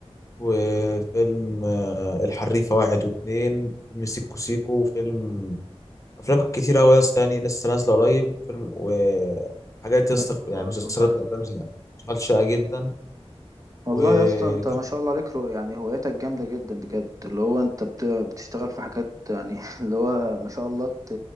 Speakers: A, on the left; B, on the right.
A: وفيلم آه، الحريفة واحد واتنين فيلم سيكو سيكو فيلم أفلام كتير أوي يا اسطى يعني لسه نازلة قريب وفيلم وحاجات يا
B: حلو
A: اسطى يعني
B: خالص
A: مسلسلات
B: والله يا اسطى
A: وأفلام زي أشغال شاقة جدا
B: والله
A: وكان
B: يا اسطى انت ما شاء الله عليك رو- يعني هوايتك جامده جدا بجد اللي هو انت بت... بتشتغل في حاجات يعني <laughs> اللي هو ما شاء الله ت...